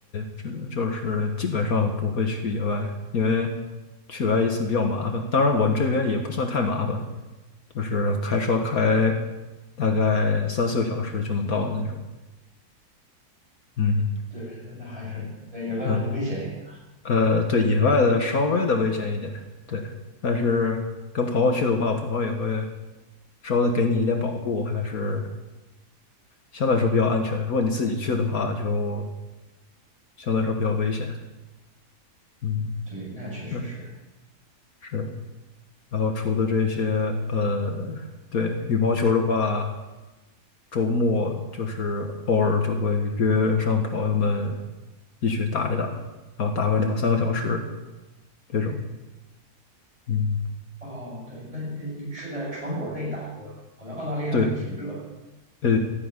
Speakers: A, on the left; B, on the right.
A: 这就是基本上不会去野外，因为去野外一次比较麻烦。当然，我这边也不算太麻烦，就是开车开大概三四个小时就能到的那种。嗯。
B: 对，那那还是那野外可能危险一点。
A: 嗯，呃，对，野外的稍微的危险一点，对，但是跟朋友去的话，朋友也会稍微的给你一点保护，还是相对来说比较安全。如果你自己去的话，就相对来说比较危险。嗯
B: 对，那确实是。
A: 嗯，是。然后除了这些，呃，对，羽毛球的话，周末就是偶尔就会约上朋友们一起打一打，然后打个两三个小时这种。嗯。
B: 哦，对，那你你是在场馆内打对吧？好像澳大利亚那挺热的，
A: 对，
B: 对吧？
A: 呃